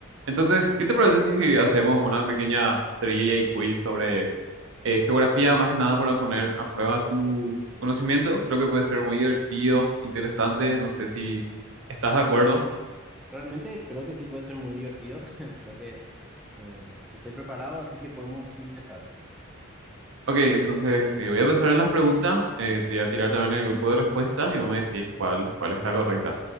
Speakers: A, on the right (about 65°); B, in the centre.
A: Entonces, ¿qué te parece si hacemos una pequeña trivia y quiz sobre eh, geografía, más que nada para poner a prueba tu, tu conocimiento? Creo que puede ser muy divertido, interesante, no sé si estás de acuerdo.
B: Realmente creo que sí puede ser muy divertido. <laughs> Creo que eh, estoy preparado, así que podemos empezar.
A: Ok, entonces eh, voy a pensar en las preguntas, eh, te voy a tirar también el grupo de respuestas y vos me decís cuál, cuál es la correcta.